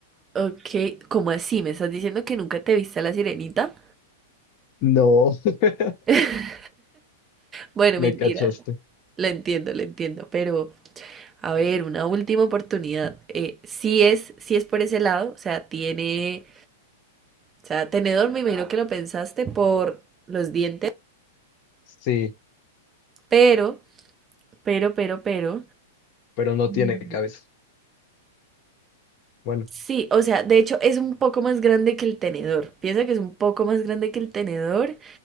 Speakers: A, on the right (about 20°); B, on the left (about 45°).
A: Ok, ¿cómo así? ¿Me estás diciendo que nunca te viste a la sirenita?
B: No, <laughs>
A: <laughs> Bueno,
B: me
A: mentiras.
B: cachaste.
A: Lo entiendo, lo entiendo, pero a ver, una última oportunidad. Eh, si es, si es por ese lado, o sea, tiene, o sea, tenedor, me imagino que lo pensaste por los dientes,
B: Sí,
A: pero, pero, pero, pero,
B: pero no
A: mm,
B: tiene cabeza. Bueno,
A: sí, o sea, de hecho es un poco más grande que el tenedor. Piensa que es un poco más grande que el tenedor